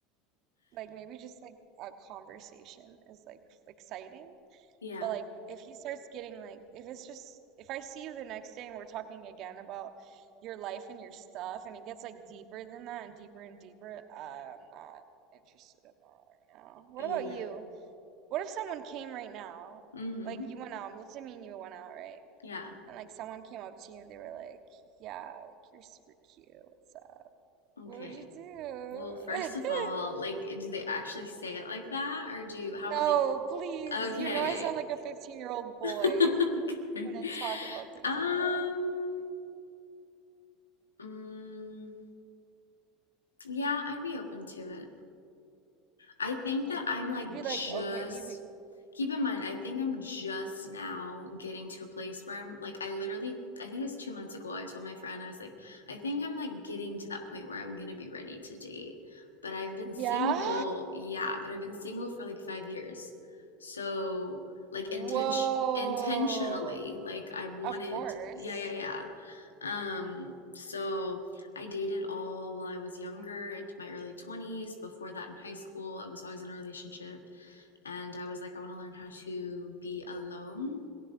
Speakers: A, on the right; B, on the left.
A: Like maybe just like a conversation is like exciting.
B: Yeah.
A: But like if he starts getting like if it's just if I see you the next day and we're talking again about your life and your stuff and it gets like deeper than that and deeper and deeper, I'm not interested in that right now. What
B: Yeah.
A: about you? What if someone came right now?
B: Mm-hmm.
A: Like you went out, let's say me and you went out, right?
B: Yeah.
A: And like someone came up to you and they were like, Yeah, like you're super cute. What's up?
B: Okay.
A: What would you do?
B: Well, first of all,
A: <laughs>
B: like, do they actually say it like that, or do how
A: No,
B: would they?
A: please.
B: Okay.
A: You know I sound like a 15-year-old boy
B: <laughs> Okay.
A: when I talk about things
B: Um,
A: like that.
B: mm, yeah, I'd be open to it. I think
A: You'd
B: that I'm like
A: you'd be
B: just
A: like, okay, you be
B: keep in mind, I think I'm just now getting to a place where I'm like I literally I think it was two months ago I told my friend I was like, I think I'm like getting to that point where I'm gonna be ready to date. But I've been single,
A: yeah?
B: yeah, but I've been single for like five years. So like
A: Whoa.
B: intention intentionally, like I wanted
A: Of course.
B: yeah, yeah, yeah. Um, so I dated all while I was younger, into my early 20s. Before that, in high school, I was always in a relationship. And I was like, I want to learn how to be alone.